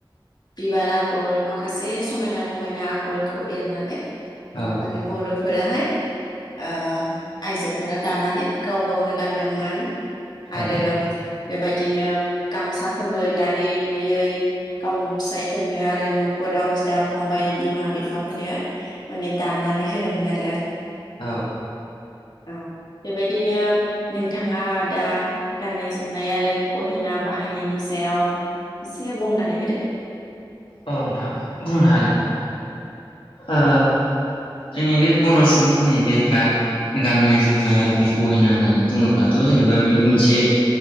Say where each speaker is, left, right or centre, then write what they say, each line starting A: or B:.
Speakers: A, on the left (about 55°); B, on the left (about 90°).
A: बिबार आगर मा खासे समायना रमायना आ गरखौ एरनानै
B: औ
A: माने बर'फोराहाय ओ आइजोफोरा दानानै गाव गावनो गानदोंमोन
B: थारैनो
A: आरो बेबायदिनो गामसाफोरबो दायै लुयै गावनि फिसायफोरनो आरो न'खराव बिदा फंबाय बिमा बिफाफोरनो माने दानानै होदोंमोन आरो
B: औ।
A: औ बेबायदिनो नोंथाङा दा गाननाय जोमनाय आरो गहेना बाहायनायनि सायाव एसे बुंनानै होदो
B: औ नोंथां बुंनो हागोन ओ जोंनि बे बर' सुबुंफोरनि बे गाननाय जोमनाय आरो बे गहेना होननानै बुङोब्लाथ' जेनेबा बेबो मोनसे